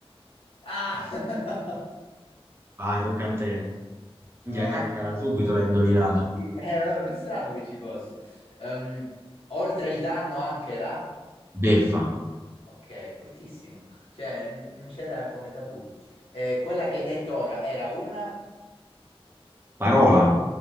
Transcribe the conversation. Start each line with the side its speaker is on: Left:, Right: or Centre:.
Left: Ah!
Right: Vai, tocca a te. Minchia,
Left: <laughs> Vai.
Right: caccara, subito l'hai indovinato.
Left: Sì, <laughs> eh, vabbè, è strano che ci fosse. Ehm, oltre il danno anche là,
Right: Beffa.
Left: ok, fortissimo. Cioè, n- non c'era come tabù. Eh, quella che hai detto ora era una?
Right: Parola.